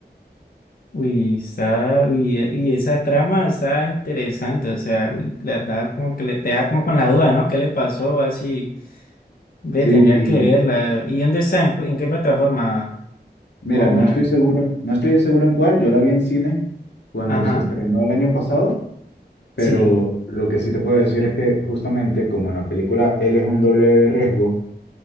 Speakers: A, on the left; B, on the left.
A: Uy, está, uy, e- y esa trama está interesante, o sea, uy, la verdad como que le te deja como con la duda, ¿no? ¿Qué le pasó? Así, ve,
B: Sí,
A: tendría
B: y
A: que verla. ¿Y dónde está? ¿En, cu- en qué plataforma?
B: mira,
A: Más o
B: no
A: menos.
B: estoy seguro, no estoy seguro en cuál, yo la vi en cine cuando
A: Ajá,
B: se estrenó el año pasado Pero
A: sí,
B: lo que sí te puedo decir es que justamente como en la película él es un doble de riesgo,